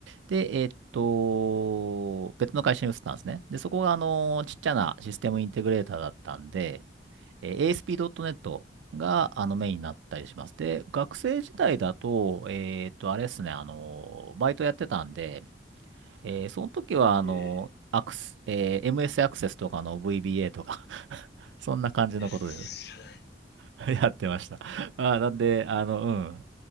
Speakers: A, on the right; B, on the left.
A: で、えーっと、別の会社に移ったんですね。で、そこが、あの、ちっちゃなシステムインテグレーターだったんで、えー ASP.NET が、あの、メインになったりします。で、学生時代だと、えーっと、あれですね、あの、バイトやってたんで、えーその時は、
B: ーえ
A: あの、アクス、えー MS アクセスとかの VBA とか <laughs> そんな感じのことで
B: えいや、全然知らない。
A: <laughs> やってました。まあー、なんで、あの、うん。